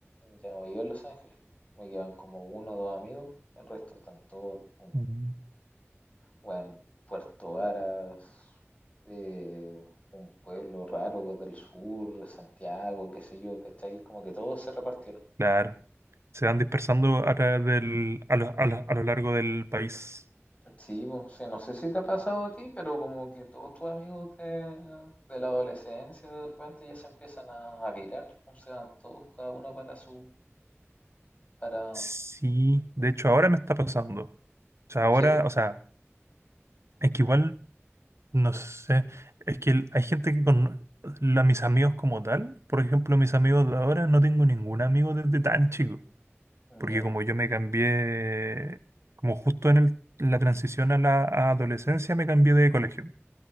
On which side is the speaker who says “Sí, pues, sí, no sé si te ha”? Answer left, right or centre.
Left